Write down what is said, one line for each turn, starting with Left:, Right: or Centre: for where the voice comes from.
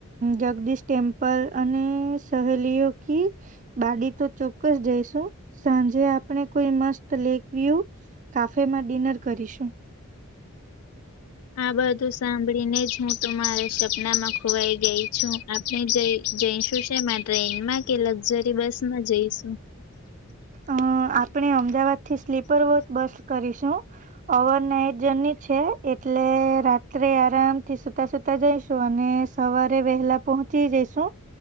Right: જગદીશ ટેમ્પલ અને સહેલીઓ ક બાડી તો ચોક્કસ જ સાંજે આપ કોઈ મત લેક વ્યુ કાફેમાંિનર કરીશું
Left: આ બધું સાંભળી ને જ હું તો મારા સપનામાં ખોવાઈ ગઈ છું આપણે જ જઈશું ટ્રેનમાં કે લક્ઝરી બસ માં જઈશું
Right: અ આપણે અમદાવાદ થી સ્લીપર વોટ બસ કરીશું ઓવર નાઈટ જર્ની છે એટલે રાત્રે આરામથી સુતા સુતા જઈશું અને સવારે વહેલા પહોંચી જઈશું